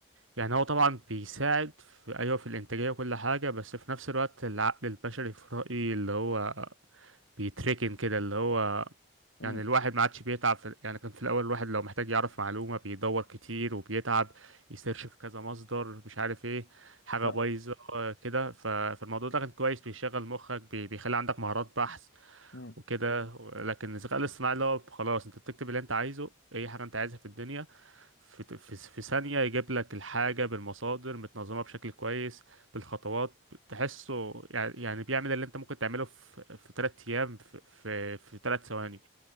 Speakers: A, on the right; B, on the left.
A: يعني هو طبعا بيساعد في ايوه في الانتاجيه وكل حاجه بس في نفس الوقت العقل البشري في رايي اللي هو بيتركن كده اللي هو
B: امم
A: يعني الواحد ما عادش بيتعب في يعني كان في الأول الواحد لو محتاج يعرف معلومة بيدور كتير وبيتعب يسيرش في كذا مصدر مش عارف ايه حاجة
B: ف...
A: بايظة آه، كده ف- فالموضوع ده كان كويس بيشغل مخك بي- بيخلي عندك مهارات بحث
B: امم
A: وكده و- لكن الذكاء الاصطناعي اللي هو خلاص انت بتكتب اللي انت عايزه اي حاجة انت عايزها في الدنيا في, في, في ثانية يجيب لك الحاجة بالمصادر متنظمة بشكل كويس بالخطوات تحسه يعني يعني بيعمل اللي انت ممكن تعمله في في 3 ايام في في, في 3 ثواني